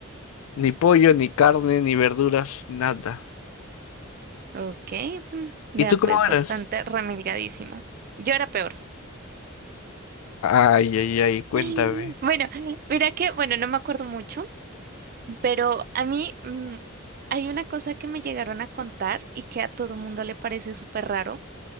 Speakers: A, on the left; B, on the right.
A: Ni pollo, ni carne, ni verduras, nada.
B: Ok, mm, vea
A: ¿Y tú
B: pues
A: cómo eras?
B: bastante remilgadísimo. Yo era peor.
A: Ay, ay, ay, cuéntame.
B: <laughs> Bueno, mira que, bueno, no me acuerdo mucho, Pero a mí mm, hay una cosa que me llegaron a contar y que a todo mundo le parece súper raro,